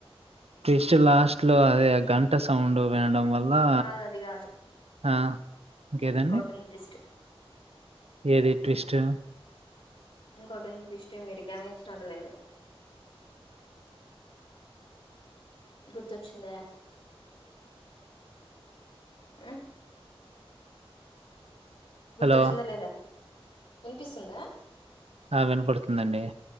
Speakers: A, on the right; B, on the left.
A: ఫ్రిస్ట్ లాస్ట్ లో అదే అ గంట సౌండు వినడం వల్లా
B: కాదు అది కాదు
A: ఆ ఇంకేదండి
B: ఇంకోటి ఉంది ట్విస్ట్
A: ఏది ట్విస్టు
B: ఇంకోటి ఉంది ట్విస్టు మీరు గమనించటం లేదు గుర్తొచ్చిందా ఉ గుర్తొచ్చిందా
A: హలో!
B: లేదా వినిపిస్తుందా
A: ఆ వినపడుతుందండి.